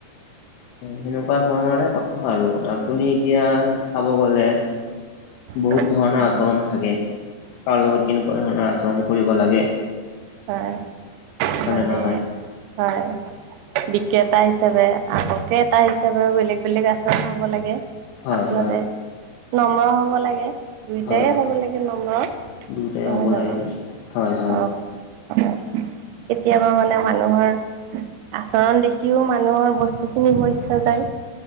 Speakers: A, on the left; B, on the right.
A: সেনেকুৱা ধৰণৰে কথা আৰু আপুনি এতিয়া চাব গ'লে
B: <inaudible>
A: বহুত ধৰণৰ
B: হয়
A: আচৰণ থাকে, কাৰ লগত কেনেকুৱা ধৰণৰ আচৰণ কৰিব লাগে?
B: হয়
A: হয়
B: মানে
A: নে নহয়?
B: হয়। বিক্ৰেতা হিচাপে আগকে এটা হিচাপেও বেলেগ বেলেগ আচৰণ হ'ব লাগে।
A: হয়
B: আচলতে
A: হয়
B: নম্ৰ হব লাগে। দুইটাই
A: হয়
B: হ'ব লাগে নম্ৰ,
A: দুয়োটাই
B: নহয়
A: হ'ব
B: জানো?
A: লাগে হয় হয়
B: অঁ। অ, কেতিয়াবা মানে মানুহৰ আচৰণ দেখিও মানুহৰ বস্তুখিনি পইচা যায়।